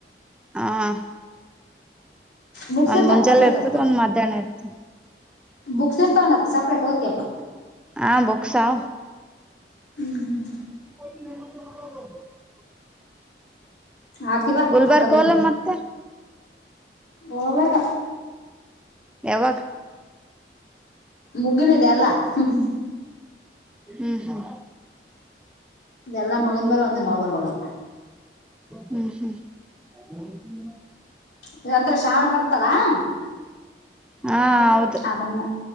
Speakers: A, in the centre; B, on the left (about 75°).
A: ಹ್
B: ಬುಕ್ಸ್
A: ಒಂದ್
B: ಇರ್ತಾವ
A: ಮುಂಜಾಲೇ
B: ಸಪ್ರೇಟ್
A: ಇರ್ತದ
B: ಅದಕ್ಕೆ
A: ಒಂದ್ ಮಧ್ಯಾಹ್ನ ಇರ್ತದ
B: ಬುಕ್ಸ್ ಇರ್ತಾವನ ಅದಕ್ ಸಪ್ರೇಟ್ ಓದ್ಕೇಕ್
A: ಹಾ ಬುಕ್ಸ್ ಆವ್
B: ಹ್ಮ್ ಹ್ಮ್ ಹ್ಮ್
A: <inaudible>
B: ಹಾಕಿ ಬಾ
A: ಗುಲ್ಬರ್ಗ
B: ಹಾಕದೊಂದ
A: ಹೋಗಲ್ಲ ಮತ್ತೆ
B: ಹೋಬೇಕ
A: ಯವಗ
B: ಮುಗಿಲಿದೇಲ್ಲ ಹ್ಮ್
A: ಹ್ಮ್ ಹ್ಮ್
B: ಇದೆಲ್ಲ ಮುಗದ ಮೇಲೆ ಒಂದ್ ದಿನ್ ಹೋಬರಬೇಕ್
A: ಹ್ಮ್ ಹ್ಮ್ <inaudible>
B: ಈಗ ಅಂದ್ರ ಶ್ರಾವಣ ಬರ್ತಲ್ಲ್
A: ಹಾ ಹೌದ್
B: ಆ ಮುಮೆ